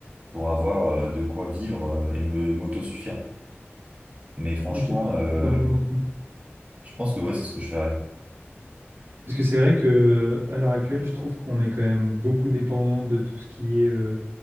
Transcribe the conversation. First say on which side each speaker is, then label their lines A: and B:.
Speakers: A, on the right; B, on the right.
A: pour avoir euh, de quoi vivre euh, et me m'autosuffire. Mais franchement,
B: Ok,
A: euh,
B: totalement en
A: je pense que ouais, c'est ce que je ferais.
B: Parce que c'est vrai que à l'heure actuelle, je trouve qu'on est quand même beaucoup dépendant de tout ce qui est euh,